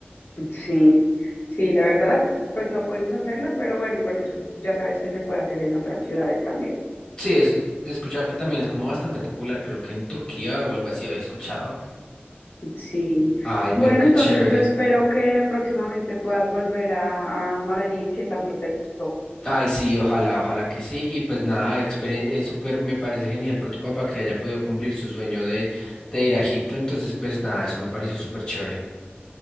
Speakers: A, on the left; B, on the left.
A: Sí, sí, la verdad, pues no pudimos hacerlo, pero bueno, igual eso ya sabes que se puede hacer en otras ciudades también.
B: Sí, eso he escuchado que también es como bastante popular, creo que en Turquía o algo así había escuchado.
A: Sí.
B: Ay,
A: Bueno,
B: pero qué
A: entonces
B: chévere.
A: yo espero que próximamente puedas volver a, a Madrid, que tanto te gustó.
B: Ay, sí, ojalá, ojalá que sí. Y pues nada, experien- es súper, me parece genial por tu papá que haya podido cumplir su sueño de, de ir a Egipto. Entonces, pues nada, eso me pareció súper chévere.